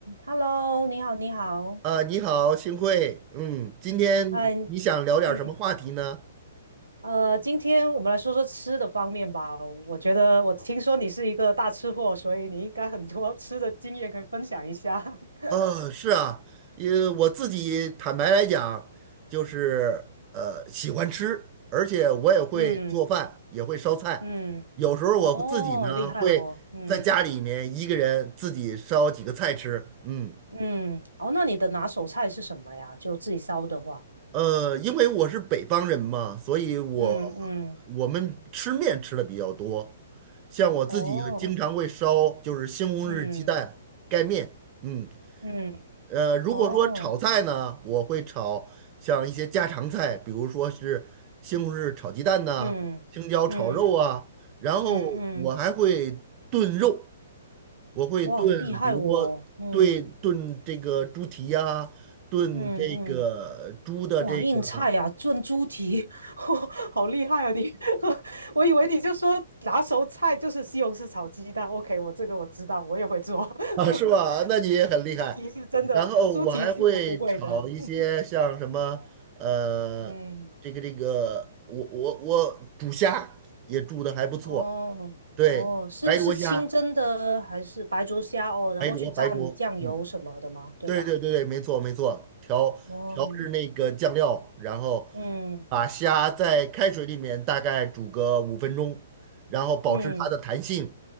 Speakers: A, on the right (about 80°); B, on the right (about 30°).
A: Hello，你好，你好，
B: 啊，你好，幸会。嗯，今天你想聊点什么话题呢？
A: 嗨，哎嗯，呃，今天我们来说说吃的方面吧。我觉得我听说你是一个大吃货，所以你应该很多吃的经验可以分享一下。<laughs>
B: 啊，是啊，因为我自己坦白来讲，就是呃喜欢吃，而且我也会做饭，
A: 嗯
B: 也会烧菜。
A: 嗯，
B: 有时候我自己呢会在家里面一个人自己烧几个菜吃。
A: 哦，厉害哦，嗯
B: 嗯。
A: 嗯，哦，那你的拿手菜是什么呀？就自己烧的话，
B: 呃，因为我是北方人嘛，所以我
A: 嗯嗯，
B: 我们吃面吃的比较多，像我自己经常会烧，
A: 哦，
B: 就是西红柿鸡蛋盖面，
A: 嗯
B: 嗯，
A: 嗯，
B: 呃，如果说炒菜呢，
A: 哦，
B: 我会炒像一些家常菜，比如说是西红柿炒鸡蛋呐、
A: 嗯嗯
B: 青椒炒肉啊，然后我还会炖肉，
A: 嗯嗯，嗯
B: 我会炖，
A: 哇，厉害哦，
B: 比如说对炖这个猪蹄呀、
A: 嗯
B: 炖这个猪的这个。
A: 嗯嗯。哇，硬菜呀、炖猪蹄，<laughs> 好厉害啊你！<laughs> 我以为你就说拿手菜就是西红柿炒鸡蛋。OK，我这个我知道，我也会做。<laughs>
B: <laughs> 啊，是吧？那你也很厉害。
A: 猪蹄，猪蹄是真的，
B: 然后我还会炒一些像什么，
A: 猪蹄是我不会的。<laughs>
B: 呃，
A: 嗯，
B: 这个这个，我我我煮虾也煮的还不错，
A: 哦哦，
B: 对，
A: 是是清蒸的还是白灼虾哦？
B: 白灼虾，
A: 然后去蘸酱油什么的吗？
B: 白灼白灼，嗯，
A: 对吧？
B: 对对对对，没错没错，调调制那个酱料，
A: 哦，
B: 然后
A: 嗯
B: 把虾在开水里面大概煮个五分钟，然后保持它的弹性，
A: 嗯